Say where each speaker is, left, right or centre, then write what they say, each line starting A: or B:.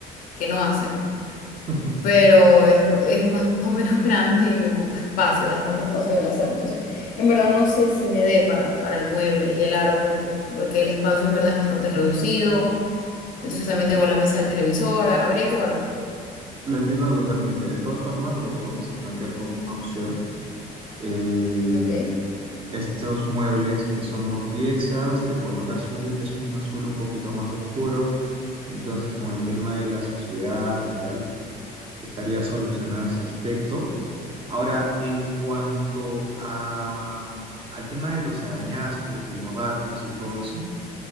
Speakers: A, on the left; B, on the right.
A: que no hacen.
B: <laughs>
A: pero es, es más <laughs> o menos grande y me ocupa espacio, bastante espacio de la sala. Entonces, en verdad no sé si me dé para, para el mueble y el árbol, porque el espacio en verdad es bastante reducido. Entonces también tengo la mesa del televisor, ah, habría que evaluar.
B: Lo entiendo totalmente. De todas formas, lo vamos a plantear como una opción. Eh,
A: Ok,
B: estos muebles que son dos piezas de color azul, es un azul un poquito más oscuro, Entonces, con el tema de la sociedad y tal, estaría solucionado ese aspecto. Ahora, en cuanto a, al tema de los arañazos, de los gatos y todo eso,